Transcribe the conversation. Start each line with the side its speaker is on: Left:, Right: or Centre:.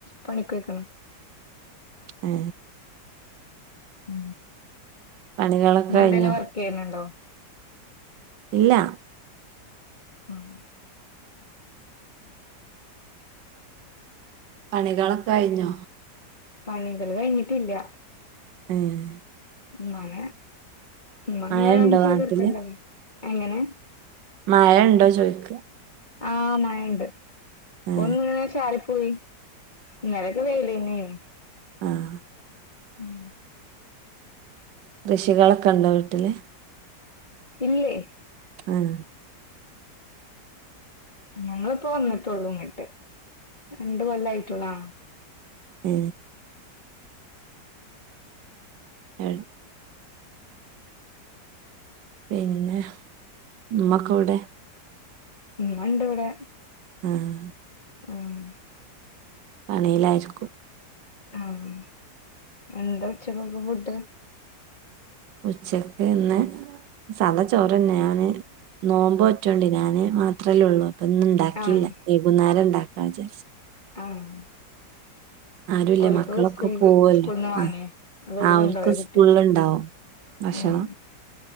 Left: പണിക്കൊയ്ക്ണ്
Right: ഏ
Left: ഉ
Right: പണികളൊക്കെ
Left: നിങ്ങ
Right: കഴിഞ്ഞോ
Left: എന്തെിലും വർക്ക് ചെയ്യുന്നുണ്ടോ
Right: ഇല്ല
Left: ആഹ്
Right: പണികളൊക്കെ കഴിഞ്ഞോ
Left: പണികള് കയിഞ്ഞിട്ടില്ല
Right: ഉം
Left: മഴ ഉമ്മ അങ്ങനെ
Right: മഴ
Left: ഓരോന്ന്
Right: ഉണ്ടോ
Left: ചെയ്തടുക്കണ്ടല്ലോ
Right: നാട്ടില്
Left: എങ്ങനെ
Right: മഴ ഉണ്ടോ ചോയ് ക്ക്
Left: ആ മഴ ഇണ്ട് ഇപ്പൊ
Right: ഏ
Left: ഒന്ന് ഇങ്ങനെ ചാറി പോയി ഇന്നലൊക്കെ വെയിലെനെന്നു യ്
Right: ആഹ്
Left: ഉം
Right: കൃഷികളൊക്കെ ഉണ്ടോ വീട്ടില്
Left: ഇല്ലെ
Right: ആഹ
Left: ഞങ്ങള്പ്പോ വന്നിട്ടള്ളൂ ഇങ്ങട്ട് രണ്ട് കൊല്ലായിറ്റള്ളൂ ആ
Right: ഏ ഏ പിന്നെ ഉമ്മക്ക വടെ
Left: ഇമ്മണ്ട് ഇവിടെ
Right: ആഹ്
Left: ആഹ്
Right: പണിയിലായിരിക്കും
Left: ആഹ് എന്താ ഉച്ചക്കൊക്കെ ഫുഡ്?
Right: ഉച്ചക്ക് ഇന്ന് സാധാ ചോറ് തന്നെ ഞാന് നോമ്പോറ്റം ഉണ്ട് ഞാന് മാത്രല്ലേ ഉള്ളൂ ഇപ്പൊ ഉണ്ടാക്കില്ല
Left: ആഹ്
Right: വൈകുന്നേരം ഉണ്ടാക്കാ വിചാരിച്ച്
Left: ആഹ്
Right: ആരുമില്ല
Left: ഓലക്ക്
Right: മക്കളൊക്കെ
Left: സ്കൂൾക്ക്
Right: പോവല്ലോ
Left: സ്കൂൾന്ന് വാങ്ങി
Right: ആഹ്
Left: അതോല്
Right: അവർക്കു
Left: കൊണ്ടോയ കുട്ട്യാള്
Right: സ്കൂളിൽ ഉണ്ടാവും ഭക്ഷണം
Left: ആഹ്